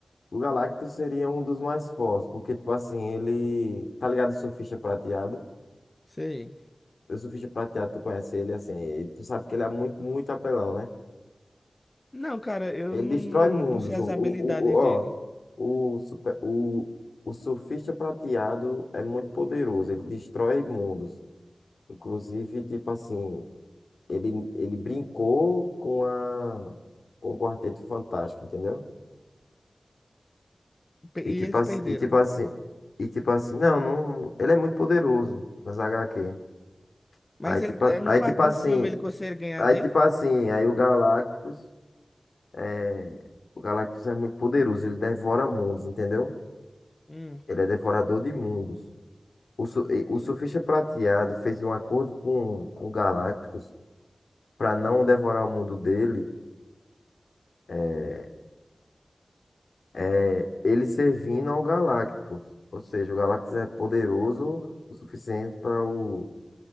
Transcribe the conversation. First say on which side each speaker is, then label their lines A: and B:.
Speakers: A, on the left (about 85°); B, on the left (about 25°).
A: o Galacto seria um dos mais fortes, porque, tipo assim, ele. Tá ligado o Surfista Prateado?
B: Sei.
A: O Surfista Prateado, tu conhece ele, assim, e tu sabe que ele é muito, muito apelão, né?
B: Não, cara, eu
A: Ele
B: não,
A: destrói
B: não,
A: mundos.
B: não sei as
A: O, o,
B: habilidades
A: o, o- ó,
B: dele.
A: o, super, o, o Surfista Prateado é muito poderoso, ele destrói mundos. Inclusive, tipo assim, ele, ele brincou com a, com o Quarteto Fantástico, entendeu?
B: Pe-
A: E
B: E
A: tipo
B: eles
A: assim,
B: perderam.
A: e tipo assim, e tipo assim, não, não, ele é muito poderoso nas HQ.
B: Mas
A: Aí tipo,
B: ele,
A: a-
B: é, no
A: aí
B: quarto
A: tipo
B: do
A: assim,
B: filme ele consegue ganhar
A: aí
B: dele?
A: tipo assim, aí o Galactus é, o Galactus é muito poderoso, ele devora mundos, entendeu?
B: Hum,
A: Ele é devorador de mundos. O, su- e- o Surfista Prateado fez um acordo com, com o Galactus para não devorar o mundo dele, é, é, ele servindo ao Galactus. Ou seja, o Galactus é poderoso o suficiente para o